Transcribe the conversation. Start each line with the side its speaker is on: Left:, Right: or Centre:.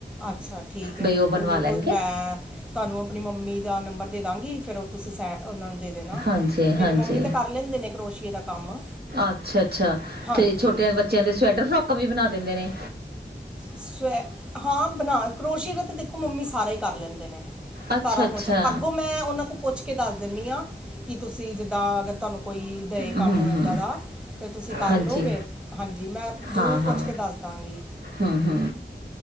Centre: ਅੱਛਾ ਠੀਕ ਹੈ
Right: ਬਈ
Centre: ਬਿਲਕੁਲ
Right: ਉਹ ਬਣਵਾ
Centre: ਬਿਲਕੁਲ
Right: ਲੈਣਗੇ।
Centre: ਮੈਂ ਤੁਹਾਨੂੰ ਆਪਣੀ ਮੰਮੀ ਦਾ ਨੰਬਰ ਦੇ ਦਵਾਂਗੀ ਫਿਰ ਉਹ ਤੁਸੀਂ ਸੈ ਉਹਨਾਂ ਦੇ ਦੇਣਾ
Right: ਹਾਂਜੀ ਹਾਂਜੀ
Centre: ਮੇਰੀ ਮੰਮੀ ਤਾਂ ਕਰ ਲੈਂਦੇ ਨੇ ਕਰੋਸ਼ੀਏ ਦਾ ਕੰਮ
Right: ਅੱਛਾ ਅੱਛਾ
Centre: ਹਾਂਜੀ
Right: ਤੇ ਛੋਟਿਆਂ ਬੱਚਿਆਂ ਦੇ ਸਵੈਟਰ ਫਰੋਕਾਂ ਵੀ ਬਣਾ ਦਿੰਦੇ ਨੇ।
Centre: ਸਵੈ ਹਾਂ ਬਣਾ ਕਰੋਸ਼ੀ ਦਾ ਤੇ ਦੇਖੋ ਮੰਮੀ ਸਾਰਾ ਹੀ ਕਰ ਲੈਂਦੇ ਨੇ।
Right: ਅੱਛਾ-ਅੱਛਾ,
Centre: ਸਾਰਾ ਕੁਛ ਅੱਗੋਂ ਮੈਂ ਉਹਨਾਂ ਕੋ ਪੁੱਛ ਕੇ ਦੱਸ ਦਿਣੀ ਹਾਂ। ਕੀ ਤੁਸੀਂ ਜਿੱਦਾਂ ਅਗਰ ਤੁਹਾਨੂੰ ਕੋਈ ਦੇਏ
Right: ਹੂੰ-ਹੂੰ,
Centre: ਕੰਮ ਇੱਦਾਂ ਦਾ ਤੇ ਤੁਸੀਂ ਕਰ
Right: ਹਾਂਜੀ,
Centre: ਲਓਗੇ ਹਾਂਜੀ ਮੈਂ ਜ਼ਰੂਰ
Right: ਹਾਂ-ਹਾਂ,
Centre: ਪੁੱਛ ਕੇ ਦੱਸ ਦਾਂਗੀ।
Right: ਹੂੰ-ਹੂੰ।